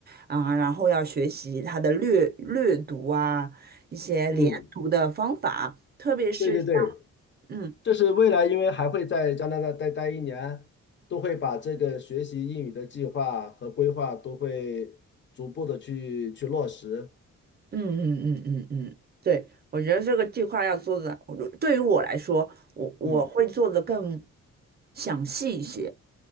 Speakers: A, on the right; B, on the left.
A: 啊、然后要学习它的略略读啊，一些连读的方法，
B: 嗯，
A: 特别是像
B: 对对对，
A: 嗯。
B: 这是未来，因为还会在加拿大待待一年，都会把这个学习英语的计划和规划都会逐步的去去落实。
A: 嗯嗯嗯嗯嗯，对，我觉得这个计划要做的，我对于我来说，我我会做的更
B: 嗯
A: 详细一些，